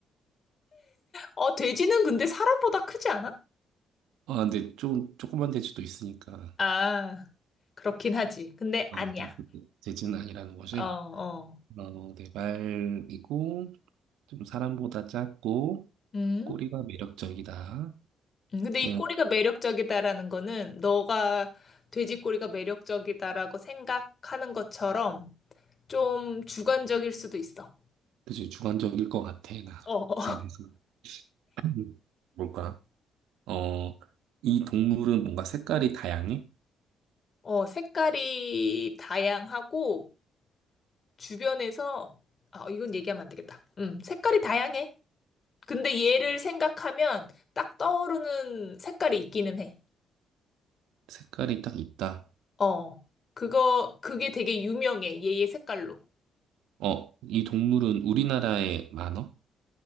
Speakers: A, on the left; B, on the right.
A: 어, 돼지는 근데 사람보다 크지 않아?
B: 아, 근데 좀, 조그만 돼지도 있으니까,
A: 아, 그렇긴 하지. 근데
B: 아,
A: 아니야.
B: 돼, 돼지는 아니라는 거지?
A: 어, 어.
B: 어, 네, 말이고, 좀 사람보다 작고,
A: 음?
B: 꼬리가 매력적이다.
A: 음, 근데
B: 그냥,
A: 이 꼬리가 매력적이다라는 거는 너가 돼지 꼬리가 매력적이다라고 생각하는 것처럼 좀 주관적일 수도 있어.
B: 그치, 주관적일 것 같아, 나.
A: 어, 어,
B: 생각해서. <clears throat> 뭘까? 어, 이 동물은 뭔가 색깔이 다양해?
A: 어, 색깔이 다양하고 주변에서, 아, 이건 얘기하면 안 되겠다. 음, 색깔이 다양해. 근데 얘를 생각하면 딱 떠오르는 색깔이 있기는 해.
B: 색깔이 딱 있다.
A: 어, 그거, 그게 되게 유명해. 얘의 색깔로.
B: 어, 이 동물은 우리나라에 많어?